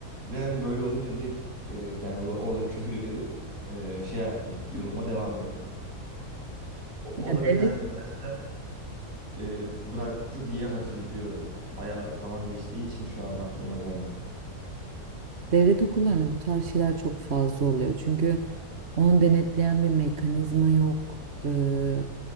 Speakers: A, on the right; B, on the right.
A: Ve hani böyle olunca direkt e, yani orada, orada küfür edip e, şey yaptım. Yoluma devam ettim. O,
B: Yani
A: o da
B: devlet
A: beni hani dersten e, bıraktı diye hatırlıyorum. Bayağı zaman geçtiği için şu an aklıma gelmiyor.
B: Devlet okullarında bu tarz şeyler çok fazla oluyor. Çünkü onu denetleyen bir mekanizma yok. Ee,